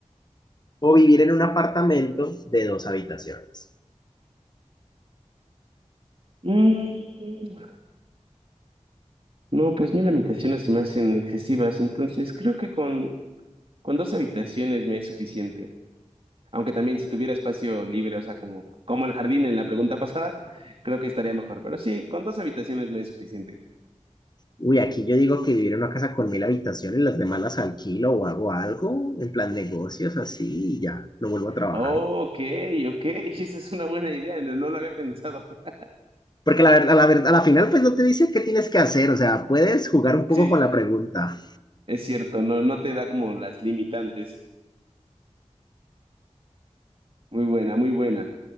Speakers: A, on the left (about 35°); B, on the right (about 50°).
A: o vivir en un apartamento de dos habitaciones?
B: Mm, no, pues mil habitaciones se me hacen excesivas, entonces creo que con, con dos habitaciones me es suficiente. Aunque también si tuviera espacio libre, o sea, como, como el jardín en la pregunta pasada, creo que estaría mejor. Pero sí, con dos habitaciones me es suficiente.
A: Uy, aquí yo digo que vivir en una casa con mil habitaciones, las demás las alquilo o hago algo, en plan negocios, así, y ya, no vuelvo a trabajar.
B: Oh, ok, ok, <laughs> esa es una buena idea, no, no lo había pensado. <laughs>
A: Porque la verdad, la verdad, a la final, pues no te dice qué tienes que hacer, o sea, puedes jugar un poco
B: Sí,
A: con la pregunta.
B: es cierto, no, no te da como las limitantes. Muy buena, muy buena.